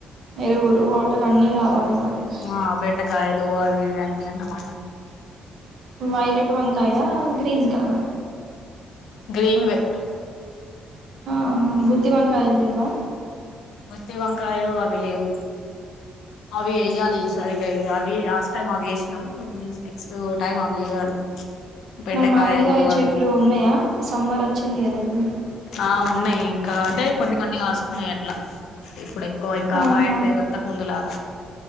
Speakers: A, on the right (about 65°); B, on the left (about 80°).
A: ఎరువులు వాటర్ అన్ని కావాలె మనకు.
B: ఆ బెండకాయలు అవి యివి అన్ని అన్నమాట.
A: వయిలేట్ వంకాయల, గ్రీన్ కాయల
B: గ్రీన్ వే హ
A: ఆహ గుత్తి వంకాయల్ దెమో
B: గుత్తి వంకాయలు అవి లేవ్ అవి వెయాలి, సరిగ అవి లాస్ట్ టైం అవి యేసినం. ఈజ్ నెక్స్ట్ టైం అవి వెయాలి. బెండకాయలు
A: మరి మామిడికాయ చెట్లు
B: అవి,
A: ఉన్నాయా సమ్మర్ వచ్చింది కదా ఇప్పుడు
B: ఆ ఉన్నాయ్, ఇంక అంటె కొన్ని కొన్ని. ఆస్ ఉన్నయ్ అట్ల, ఇప్పుడె కొ ఇంకా
A: ఆహా
B: కాయట్లేదు, అంతకు ముందులాగ.